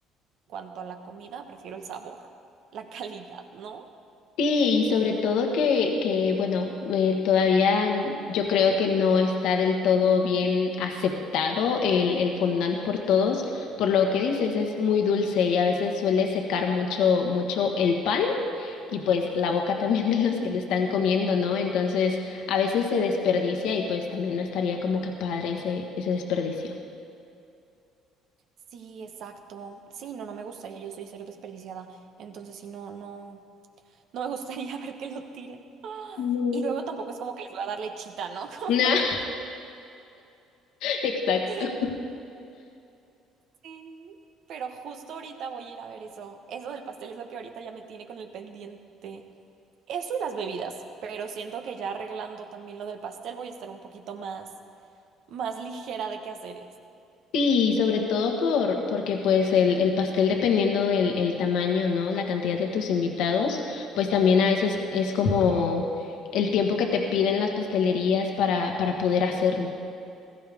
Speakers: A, on the right; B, on the left.
A: cuanto a la comida prefiero el sabor, la calidad, ¿no?
B: Sí, y sobre todo que, que bueno, eh, todavía n- yo creo que no está del todo bien aceptado el, el fondant por todos, por lo que dices, es muy dulce y a veces suele secar mucho, mucho el pan y pues la boca también <laughs> de los
A: Ujú.
B: que lo están comiendo, ¿no? Entonces, a veces se desperdicia y pues también no estaría como que padre ese, ese desperdicio.
A: Sí, exacto. Sí, no, no me gustaría. Yo soy cero desperdiciada. Entonces, sí, no, no, no me gustaría <laughs> ver que lo tiren.
B: No.
A: Y luego
B: <laughs>
A: tampoco es como que les voy a dar lechita, ¿no? <laughs> Como
B: Nah,
A: para que...
B: exacto.
A: <laughs> Sí. Pero justo ahorita voy a ir a ver eso. Eso del pastel es lo que ahorita ya me tiene con el pendiente. Eso y las bebidas. Pero siento que ya arreglando también lo del pastel voy a estar un poquito más, más ligera de qué hacer
B: Sí, sobre todo por, porque pues el, el pastel dependiendo el, el tamaño, ¿no? La cantidad de tus invitados, pues también a veces es como el tiempo que te piden las pastelerías para, para poder hacerlo.